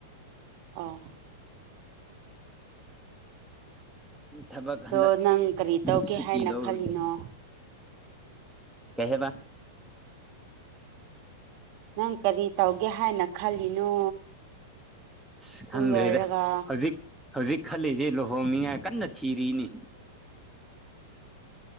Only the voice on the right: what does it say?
ꯑꯣ
ꯑꯗꯣ ꯅꯪ ꯀꯔꯤ ꯇꯧꯒꯦ
ꯍꯥꯏꯅ
ꯈꯜꯂꯤꯅꯣ
ꯅꯪ ꯀꯔꯤ ꯇꯧꯒꯦ ꯍꯥꯏꯅ ꯈꯜꯂꯤꯅꯣ
ꯁ꯭ꯀꯨꯜ
ꯂꯣꯏꯔꯒ